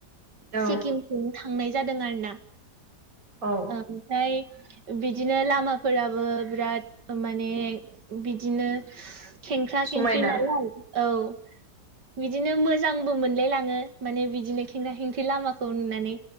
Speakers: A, on the right; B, on the right.
A: औ
B: सिक्किम ज थांनाय जादों आरो ना
A: औ
B: ओमफ्राय बिदिनो लामाफोराबो बिराद माने बिदिनो खेंक्रा-खिंकरि
A: समायना
B: नालाय औ बिदिनो मोजांबो मोनलायलाङो माने बिदिनो खेंख खेंख्रि लामाखौ नुनानै